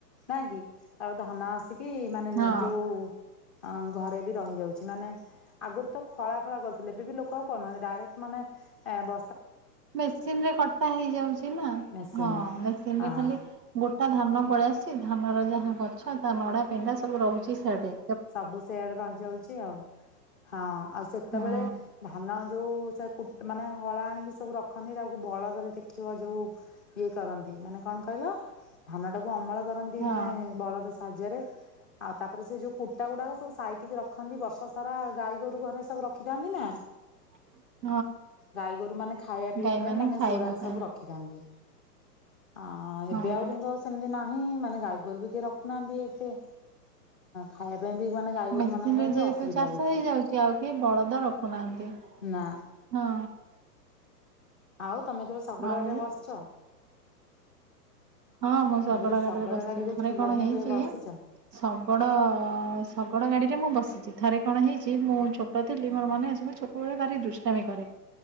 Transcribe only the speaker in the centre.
ନାଇଁ କି ତାପରେ ଧାନ ଆସିକି କି ମାନେ
ଯୋଉ ଅ ଘରେ ବି ରହିଯାଉଛି ମାନେ ଆଗରୁ ତ ଖଳା ଫଳା କରିଥିଲେ ଏବେ ବି ଲୋକ ଆଉ କହୁନାହାନ୍ତି ଡାଇରେକ୍ଟ ମାନେ ବ
ମେସିନରେ
ହଁ
ସବୁ ସେଆଡେ ରହିଯାଉଛି ଆଉ ହଁ ଆଉ ସେତେବେଳେ
ଧାନ ଯୋଉ ସେ ମାନେ ହଳା ଆଣିକି ସବୁ ରଖନ୍ତି ତାକୁ ବଳଦରେ ଦେଖିବ ଯୋଉ ଇଏ କରନ୍ତି ମାନେ କଣ କହିଲ ଧାନ ଟାକୁ ଅମଳ କରନ୍ତି
ମାନେ ବଳଦ ସାହାଯ୍ୟରେ। ଆଉ ତାପରେ ସେ ଯୋଉ କୁଟା ଗୁଡାକ ସବୁ ସାଇତିକି ରଖନ୍ତି ବର୍ଷ ସାରା ଗାଈ ଗୋରୁ ଘରେ ସବୁ ରଖିଥାନ୍ତି ନା
ଗାଈ ଗୋରୁ ମାନେ ଖାଇବା ପିଇବା
ପାଇଁ ମାନେ
ସେଗୁଡାକ
ସବୁ ରଖିଥାନ୍ତି। ଅ
ଏବେ ଆଉ କିନ୍ତୁ ଆଉ ସେମିତି ନାହିଁ ମାନେ‌। ଗାଈଗୋରୁ ବିି କେହି ରଖୁନାହାନ୍ତି ଏବେ ଖାଇବା ପାଇଁ ବି ମାନେ ଗାଈ ଗୋରୁ
ମାନଙ୍କ ପାଇଁ
ବି ଅସୁବିଧା
ହଉଛି।
ନା
ଆଉ ତମେ କେବେ ଶଗଡ଼ୁ
ଗାଡିରେ ଵସିଛ।
କହିଲି
ପିଲାଦିନେ
କେବେ ବସିଛ?